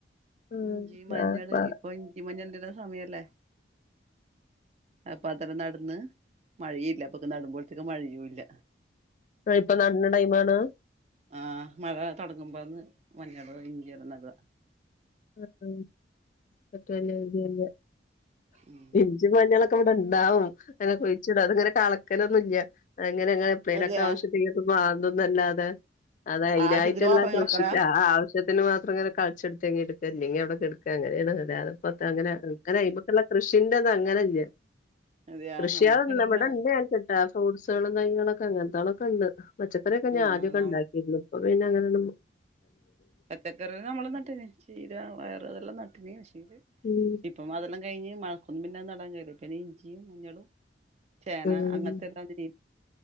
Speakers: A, on the left; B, on the right.
A: ഉം
B: ഇഞ്ചി മഞ്ഞള്
A: ആ ആ
B: ഇപ്പൊ ഇഞ്ചി മഞ്ഞൾ ന്താ സമയല്ലേ അപ്പൊ അത്രരം നടന്ന് മഴ ഇല്ല അപ്പൊക്കെ നടുമ്പോഴത്തേക്ക മഴയു ല്ല.
A: ആ, ഇപ്പൊ നടണ ടൈമാണ്
B: ആമഴ തുടങ്ങുമ്പോന്ന് മഞ്ഞൾ ഇഞ്ചി ല്ലാ നട
A: <unintelligible>
B: ഉം
A: ഇഞ്ചി മഞ്ഞളൊക്കെ ഇവിടെ ൻ ണ്ടാവും അങ്ങനെ കുഴിച്ചിടും അത്ങ്ങനെ കളക്കലൊന്നുല്ല അങ്ങനെ എ എപ്പളേ
B: അതെയാ
A: ലെക്കെ ആവശ്യത്തിന് മാന്തും അല്ലാതെ അത് അതിനായിട്ടുള്ള
B: ആവശ്യത്തിന് മാത്രം
A: കൃഷി
B: കിളക്കലാ
A: ആവശ്യത്തിന് മാത്രം അങ്ങനെ കളിച്ചെടുത്തെക്കി ട്ക് ല്ലങ്കിഅവിടെ കട്ക്കാഅങ്ങനെണ് ല്ലാ പത്ത അങ്ങനെ ങ്ങനെ അയ്മക്ക് ള്ള കൃഷി ന്റെ ത് അങ്ങനെ ഇല്ല
B: അതെയാ
A: കൃഷിയാ
B: നമ്മക്ക് ഇടെല്ലാം
A: ഇവട ണ്ട് ഞങ്ങക്ക് ട്ടോ ഫ്രൂട്സ് മൊളും തൈകളൊക്കെ അങ്ങനത്താളൊക്കെ ണ്ട് പച്ചക്കറിയൊക്കെ
B: ഉം
A: ഞാ ആദ്യമൊക്കെ
B: ഉം
A: ഉണ്ടാക്കിയിരുന്നു ഇപ്പ പിന്നെ അങ്ങനെ ഒന്നും
B: പച്ചക്കറി നമ്മൾ നട്ടീന്ന് ചി ല വയർ അതൊം നട്ടീന്ന്
A: ഉം
B: ഇപ്പ അതെല്ലാം കഴിഞ്ഞ് മയക്കൊമ്പ് പിന്നെ നടാ പിന്നെ ഇഞ്ചിയും മഞ്ഞളും ചേന
A: ഉം
B: അങ്ങത്തെ ഏമാ രീതി